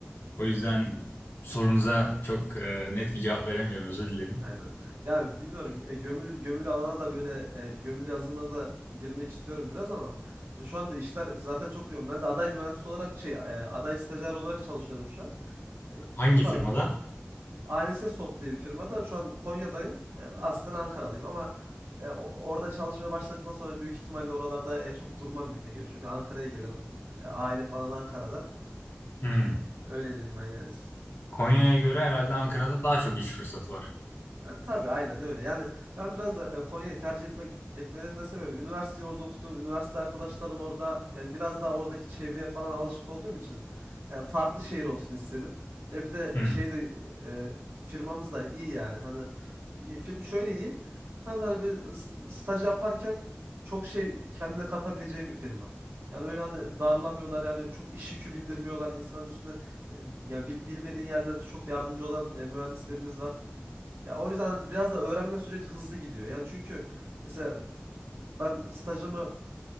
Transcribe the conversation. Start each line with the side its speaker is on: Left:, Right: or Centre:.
Left: O yüzden
Right: Hmm.
Left: sorunuza çok e, net bir cevap veremeyeceğim özür dilerim.
Right: Aynen. Ya bilmiyorum e, gömülü gömülü alana da böyle e, gömülü yazılıma da girmek istiyorum biraz ama ya şu anda işler zaten çok yoğun. Ben de aday mühendis olarak şey e, aday stajyer olarak çalışıyorum şu an. E,
Left: Hangi
Right: bakalım
Left: firmada?
Right: ANS Soft diye bir firmada şu an Konya'dayım. E, aslen Ankaralıyım ama e, o- orada çalışmaya başladıktan sonra büyük ihtimalle oralarda e, çok durmam gibi geliyor. Çünkü Ankara'ya gelirim. E, aile falan Ankara'da.
Left: Hmm.
Right: Öyle diyeyim ben yani.
Left: Konya'ya göre herhalde Ankara'da daha çok iş fırsatı var.
Right: Ya, tabii aynen öyle. Yani ben biraz da e, Konya'yı tercih etmek etmelerimin de sebebi üniversiteyi orada okudum. Üniversite arkadaşlarım orada. Yani biraz daha oradaki çevreye falan alışık olduğum için yani farklı şehir olsun istedim. Ya bir de
Left: Hı.
Right: şey de e, firmamız da iyi yani. Hani bir firma şöyle iyi. Tam hani bir s- staj yaparken çok şey kendine katabileceğin bir firma. Yani öyle hani darlamıyorlar yani çok iş yükü bindirmiyorlar insanın üstüne. E, Ya bil- bilmediğin yerlerde çok yardımcı olan e, mühendislerimiz var. Ya o yüzden biraz da öğrenme süreci hızlı gidiyor. Yani çünkü mesela ben stajımı